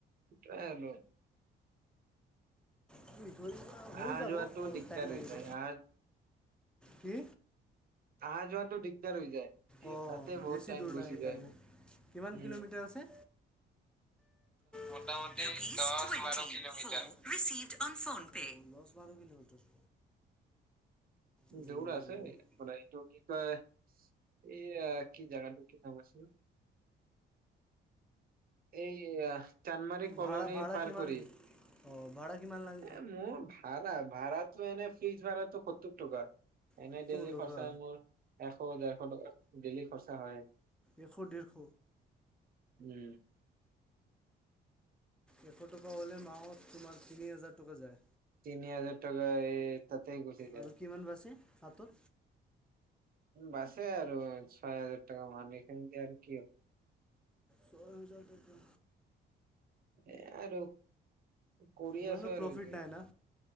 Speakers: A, on the right; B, in the centre.
A: <unintelligible>
B: কি হৈ যাব, হৈ
A: অহা
B: যাব,
A: যোৱাটো
B: অলপ
A: দিগদাৰ
B: টাইম লাগিব
A: হৈ যায় অহা
B: কি?
A: অহা যোৱাটো, দিগদাৰ হৈ যায়। এ
B: অ,
A: তাতে বহুত
B: বেছি
A: টাইম
B: দূৰ
A: গুচি
B: না সেইকাৰণে,
A: যায়
B: কিমান
A: উম
B: কিলোমিটাৰ আছে? মোটামোটি দহ, বাৰ কিলোমিটাৰ ৰিচিভ অ'ন, ফ'নপে, অ, দহ বাৰ কিলোমিটাৰ। উম,
A: দূৰ আছে, এইটো কি কয়? এইয়া কি জাগাটো, কি নাম আছিল? এই চানমাৰি আহ চান্দমাৰী কলনী
B: ভাড়া ভাড়া
A: পাৰ
B: কিমান
A: কৰি,
B: অঁ ভাড়া কিমান লাগ
A: এ মোৰ- ভাড়া ভাড়াটো, এনেই ফ্ৰিকচ ভাড়াটো সত্তৰ টকা, এনেই
B: সত্তৰ
A: দেইলি
B: টকা
A: খৰ্চ্চা মোৰ এশ, ডেৰশ টকা, ডেলি খৰচা হয়ে,
B: এশ ডেৰশ
A: উমঁ।
B: এশ টকা হ'লে, মাহত তোমাৰ তিনি হাজাৰ টকা যায়।
A: তিনি হেজাৰ টকা এই তাতে গুচি যায়।
B: আৰু কিমান বাছে হাতত?
A: বাছে আৰু ছয় হাজাৰ টকা মান, এইখিনিয়েই আৰু কি হ'ব।
B: ছয় হাজাৰ টকা
A: এ আৰু কৰি
B: ইমানো
A: আছো আৰু
B: প্ৰফিট
A: এতিয়া।
B: নাই না